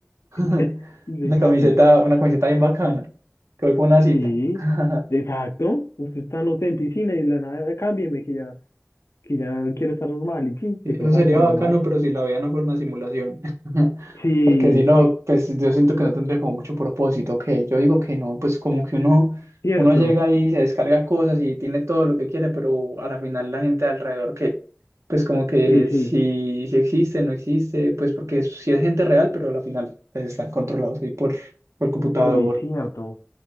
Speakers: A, on the right; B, on the left.
A: <laughs>
B: <laughs> y se
A: Una
B: cambia.
A: camiseta, una camiseta bien bacana. Que voy por una cita.
B: Sí,
A: <laughs>
B: exacto. Usted está, no sé, en piscina y de la nada, cámbieme que ya, que ya quiero estar normal y sí,
A: Sí,
B: se coloca
A: eso sería
B: ropa normal.
A: bacano, pero si la vida no fuera una simulación. <laughs>
B: Sí,
A: Porque si no, pues yo siento que no tendría como mucho propósito. Que yo digo que no, pues como que uno,
B: cierto.
A: uno llega y se descarga cosas y tiene todo lo que quiere, pero a la final la gente de alrededor que, pues como que
B: Sí, sí.
A: si, si existe, no existe, pues porque si es gente real, pero a la final pues, están controlados ahí por, por el computador.
B: Uy, cierto.